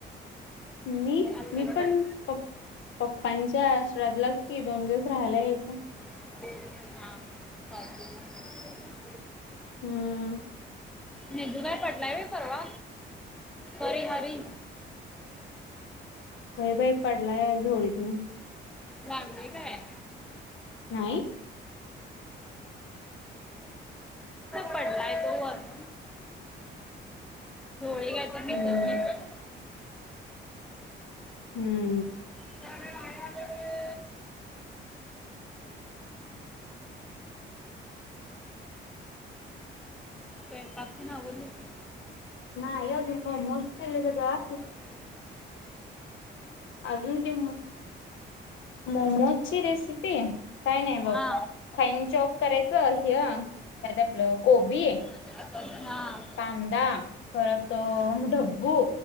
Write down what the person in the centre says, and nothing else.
आत्यांकडे
हा हा चालतंय
निजु भाई काय पटलाय परवा हरी हरी
लागलेय काय?
पडलाय तो वरण डोळे काा तर निसत
नाहीसत <unintelligible>
<unintelligible> स्वयंपाक ते ना आवरलं?
ह
हा
हा